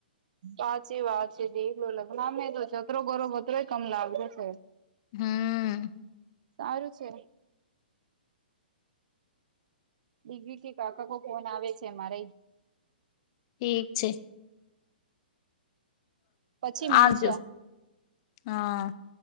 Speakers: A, on the right (about 50°); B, on the left (about 30°).
A: સાચી વાત છે જી દેલો લગ્નમે હાંભે તો છતરો કર પત્રય કમ લાવ્યો છે.
B: હમ્મ.
A: સારું છે. દીગરી કે કાકાકો ફોન આવે છે મારે
B: ઠીક છે.
A: પછી મિલશે
B: આવજો હા.